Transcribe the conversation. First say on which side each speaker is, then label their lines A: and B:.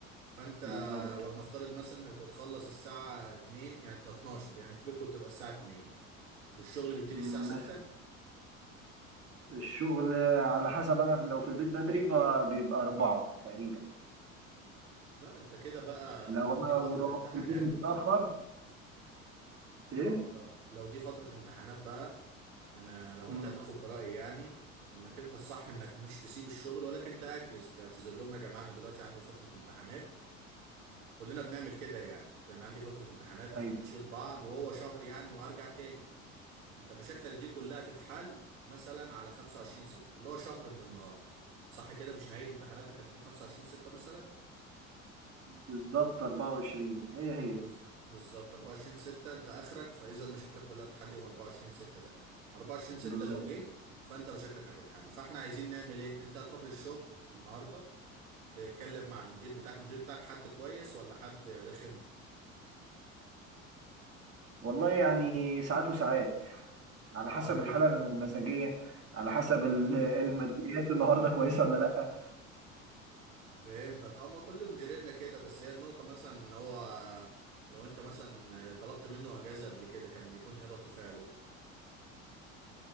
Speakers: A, on the right; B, on the right.
A: فانت
B: بالظبط
A: ولنفترض مثلا انك بتخلص الساعة 2 يعني 12 يعني في بيتكم بتبقى الساعة 2 والشغل بيبتدي
B: مم،
A: الساعة 6
B: مثلا الشغل على حسب انا لو في البيت بدري ب- بيبقى أربعة تقريبا
A: لا انت كده بقى
B: لو
A: طالما
B: انا
A: دي فترة
B: رحت
A: امتحانات
B: البيت متأخر ايه
A: اه لو لو دي فترة امتحانات بقى انا لو
B: مم،
A: انت هتاخد برأيي يعني انك انت الصح انك مش تسيب الشغل ولكن تأجز تعتذر لهم يا جماعة انا دلوقتي عندي فترة امتحانات كلنا بنعمل كده يعني انا عندي فترة امتحانات احنا
B: ايوه
A: بنشيل بعض وهو شهر يعني وهرجع تاني انت مشاكلك دي كلها تتحل مثلا على 25 6 اللي هو شهر من النهارده صح كده مش نهايه امتحاناتك هتكون 25 6 مثلا
B: بالظبط 24 هي هي
A: بز- بالظبط 24 6 انت اخرك فاذا مشاكلك كلها بتتحل يوم 24 6 ده 24 6
B: بالظبط
A: لو جه فانت مشاكلك هتتحل فاحنا عايزين نعمل ايه انت هتروح للشغل النهارده تتكلم مع المدير بتاعك المدير بتاعك حد كويس ولا حد رخم
B: والله يعني ساعات وساعات على
A: ما
B: حسب
A: هو بي...
B: الحالة المزاجية على حسب ال- <laughs> الماديات النهاردة كويسة ولا لأ
A: فهمتك اه ما كل مديريننا كده بس هي النقطة مثلا ان هو لو انت مثلا طلبت منه اجازة قبل كده كان بيكون ايه رد فعله